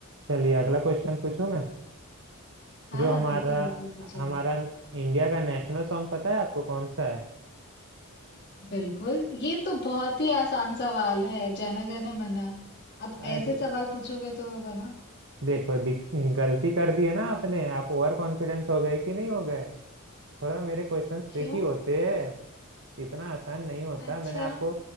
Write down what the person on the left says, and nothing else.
हाँ
हाँ
बिल्कुल बिल्कुल पूछे
बिल्कुल ये तो बहुत ही आसान सवाल है जन गण मन अब
ऐसे सवाल पूछोगे तो है ना
क्यों
अच्छा